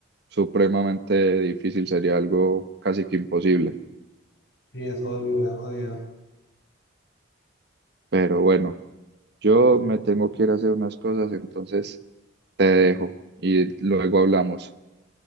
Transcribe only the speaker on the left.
Y es jodido, es jodido.